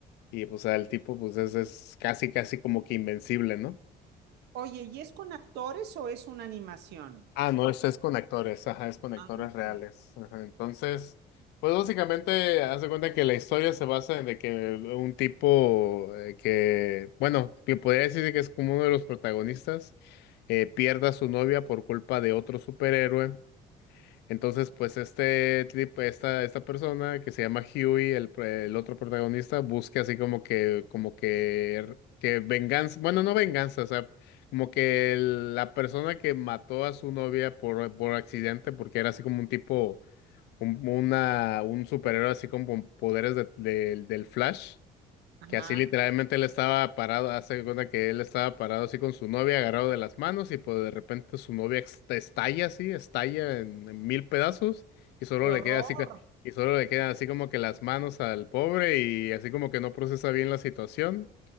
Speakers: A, on the left (about 80°); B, on the right (about 80°).
A: y pues el tipo pues es, es casi casi como que invencible, ¿no?
B: Oye, ¿y es con actores o es una animación?
A: Ah, no, es, es con actores, ajá, es con actores
B: Ah,
A: reales. Ajá. Entonces, pues básicamente, haz de cuenta que la historia se basa en de que un tipo eh, que, bueno, que podría decirse que es como uno de los protagonistas, eh, pierda a su novia por culpa de otro superhéroe. Entonces, pues este trip, esta, esta persona que se llama Huey, el, pr- el otro protagonista, busca así como que, como que, que venganza, bueno, no venganza, o sea, como que el- la persona que mató a su novia por, por accidente, porque era así como un tipo, un, una, un superhéroe así como con poderes de- del del Flash.
B: ajá.
A: Que así literalmente él estaba parado, hace de cuenta que él estaba parado así con su novia agarrado de las manos y pues de repente su novia ex- estalla así, estalla en, en mil pedazos y solo
B: Qué horror.
A: le queda así, ca- y solo le quedan así como que las manos al pobre y así como que no procesa bien la situación.